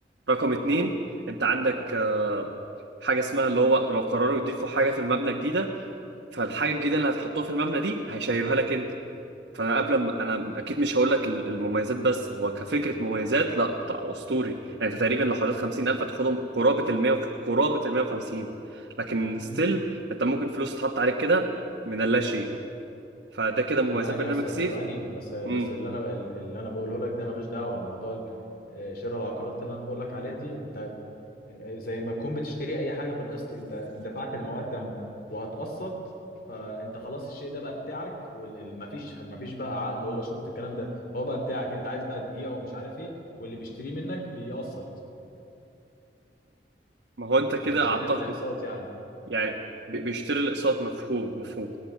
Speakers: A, on the right; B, on the left.
A: رقم اتنين انت عندك آه، حاجه اسمها اللي هو لو قرروا يضيفوا حاجه في المبنى جديده فالحاجه الجديده اللي هتحطوها في المبنى دي هيشيلوها لك انت فانا قبل ما انا اكيد مش هقول لك ال- المميزات بس هو كفكره مميزات لا طبعا اسطوري يعني انت تقريبا لو حطيت 50000 هتاخدهم قرابه ال 100 قرابه ال 150 لكن
B: مم.
A: ستيل انت ممكن فلوس تتحط عليك كده من اللا شيء فده كده مميزات
B: ثواني
A: برنامج
B: يا اسطى
A: سيف
B: ثواني بس بس
A: امم
B: اللي انا اللي انا بقوله لك ده ملوش دعوه موضوع ال- شراء العقارات اللي انا بقول لك عليها دي انت زي ما تكون بتشتري اي حاجه بالقسط انت دفعت المقدم وهتقسط فانت خلاص الشيء ده بقى بتاعك ومفيش مفيش بقى عقد ولا شروط الكلام ده هو بقى بتاعك انت عايز بقى تبيعه ومش عارف ايه واللي بيشتريه منك بيقسط
A: ما هو انت كده
B: وبيشتري
A: اعتقد
B: الاقساط يعني
A: يعني ب- بيشتري الاقساط مفهوم مفهوم